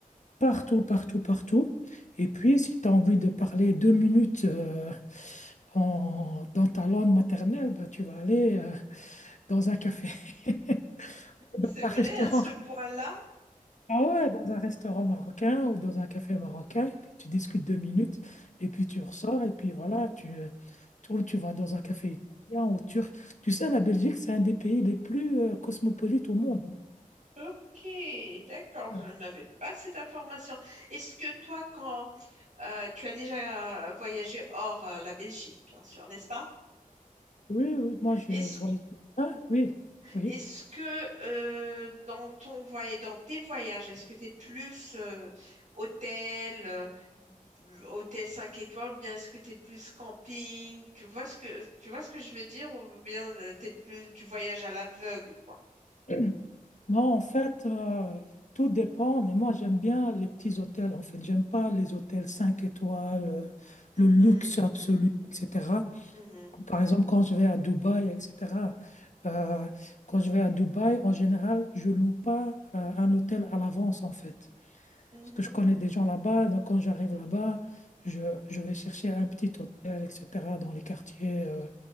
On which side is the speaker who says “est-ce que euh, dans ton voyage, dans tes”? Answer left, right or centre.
Right